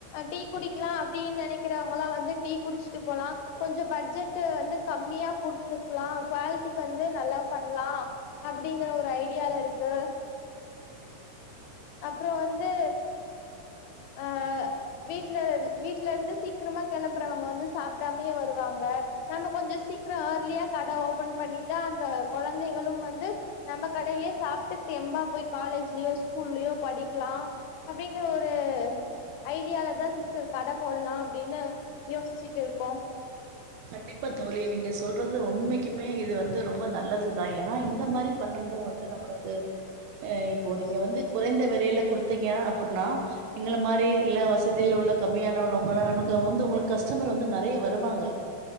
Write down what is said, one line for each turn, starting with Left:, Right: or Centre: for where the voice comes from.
Left: டீ குடிக்கலாம் அப்படின்னு நினைக்கிறவங்கலாம் வந்து டீ குடிச்சுட்டு போலாம் கொஞ்சம் பட்ஜெட் வந்து கம்மியா குடுத்துக்கலாம் குவாலிட்டிக்கு வந்து நல்லா பண்ணலாம் அப்படிங்கற ஒரு ஐடியால இருக்கு அப்புறம் வந்து அஹ் வீட்ல வீட்ல இருந்து சீக்கிரமா கிளம்புறவங்க வந்து சாப்பிடாமே வருவாங்க நம்ம கொஞ்சம் சீக்கிரம் ஏர்லியா கடை ஓபன் பண்ணிட்டா அந்த குழந்தைகளும் வந்து நம்ம கடையிலயே சாப்பிட்டு தெம்பா போய் காலேஜ்லயோ ஸ்கூல்லயோ படிக்கலாம் அப்படிங்கிற ஒரு ஐடியாலதான் சிஸ்டர் கடை போடலாம் அப்படின்னு யோசிச்சுட்டு இருக்கோம்
Right: கண்டிப்பா தோழி நீங்க சொல்றது உண்மைக்குமே இது வந்து ரொம்ப நல்லதுதான் ஏன்னா இந்த மாதிரி பண்ணம்பும் போது நம்மளுக்கு அஹ் இப்போ நீங்க வந்து குறைந்த விலையில குடுத்தீங்க அப்படின்னா எங்களை மாதிரி இல்ல வசதியில உள்ள கம்மியானவங்கல்லாம் நம்மளுக்கு வந்து உங்களுக்கு கஸ்டமர் வந்து நிறைய வருவாங்க